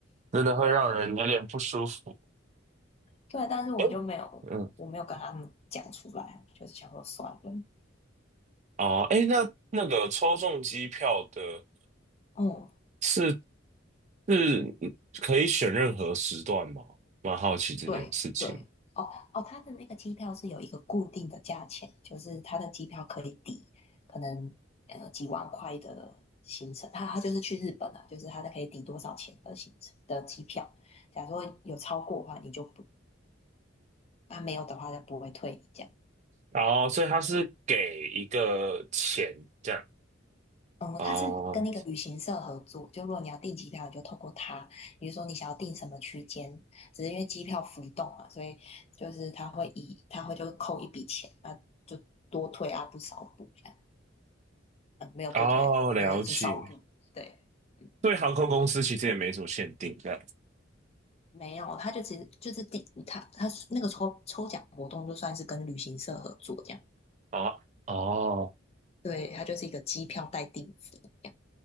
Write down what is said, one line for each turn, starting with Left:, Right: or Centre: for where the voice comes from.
Right: 真的会让人有点不舒服。
Left: 对啊，但是我就没有，
Right: 哎，嗯，
Left: 我没有跟他们讲出来，就是想说算了。
Right: 哦，哎，那那个抽中机票的
Left: 嗯，
Right: 是是可以选任何时段吗？蛮好奇这件事情。
Left: 对对，哦哦，他的那个机票是有一个固定的价钱，就是他的机票可以抵可能呃几万块的行程，他他就是去日本啊，就是他的可以抵多少钱的行程的机票，假如说有超过的话，你就不，那没有的话就不会退你这样。
Right: 哦，所以他是给一个钱这样。
Left: 嗯，
Right: 哦
Left: 它是跟那个旅行社合作，就如果你要订机票，你就透过他。比如说你想要订什么区间，只是因为机票浮动嘛，所以就是他会以他会就扣一笔钱，啊，就多退啊不少补这样，嗯，没有多退，
Right: 哦，了解。
Left: 他说就少补，对嗯
Right: 对航空公司其实也没什么限定，
Left: 对，
Right: 这样。
Left: 没有，他就只是就是第他他那个抽抽奖活动就算是跟旅行社合作这样，
Right: 啊，哦，
Left: 对，他就是一个机票代订服这样，